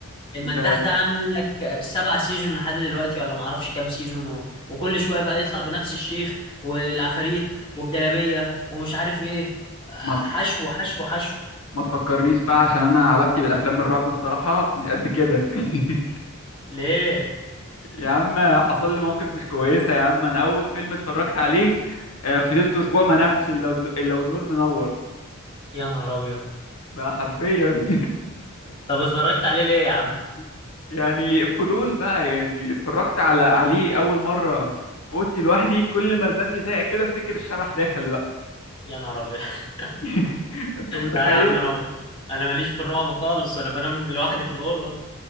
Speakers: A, on the left (about 25°); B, on the left (about 80°).
A: المداح
B: انت
A: ده عامل لك سبعة سيزون لحد دلوقتي ولا معرفش كام سيزون و... وكل شوية بقى يطلع بنفس الشيخ والعفاريت والجلابية ومش عارف ايه آه،
B: ما
A: حشو حشو حشو
B: ما تفكرنيش بقى عشان انا علاقتي بالافلام الرعب بصراحه مش قد كده <laughs>
A: ليه
B: يا عم حصل لي موقف مش كويسه يا عم انا اول فيلم اتفرجت عليه آه، فضلت اسبوع ما نمش الا والن- الا والنور منور
A: يا نهار ابيض
B: ده حرفيا
A: طب اتفرجت عليه ليه يا عم
B: <laughs> يعني فضول بقى يعني اتفرجت على عليه اول مره في اوضتي لوحدي كل ما الباب يزهق كده افتكر الشبح داخل بقى
A: يا نهار ابيض <laughs>
B: <laughs> انت متخيل
A: لا يا عم انا انا ماليش في الرعب خالص انا بنام لوحدي في الأوضة